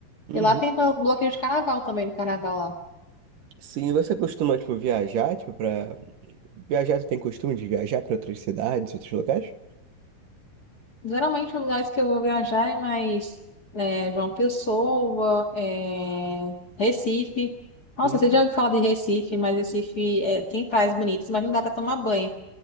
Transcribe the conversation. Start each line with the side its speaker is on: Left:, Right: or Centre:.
Right: Uhum.
Left: E lá tem blo- bloqueio de carnaval também, no carnaval lá.
Right: Sim, e você costuma, tipo, viajar, tipo, pra... Viajar, você tem costume de viajar pra outras cidades, outros locais?
Left: Geralmente, os lugares que eu vou viajar é mais é, João Pessoa, é, Recife. Nossa,
Right: Hum,
Left: você já ouviu falar de Recife, mas Recife é, tem praias bonitas, mas não dá para tomar banho,